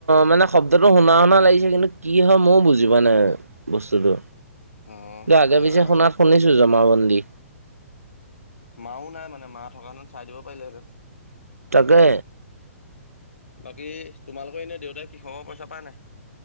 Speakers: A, on the right; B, on the left.
A: মানে শব্দটো শুনা শুনা লাগিছে কিন্তু কি হয় ময়ও বুজি প নাই বস্তুটো
B: অ
A: তই আগে
B: জানো
A: পিছে শুনাত শুনিছো জমাবন্দী
B: মাও নাই মানে মা থকা যেতেন চাই দিব পাৰিলেহেঁতেন
A: তাকে
B: বাকী তোমালোকৰ এনে দেউতাই কৃষকৰ পইচা পাই নাই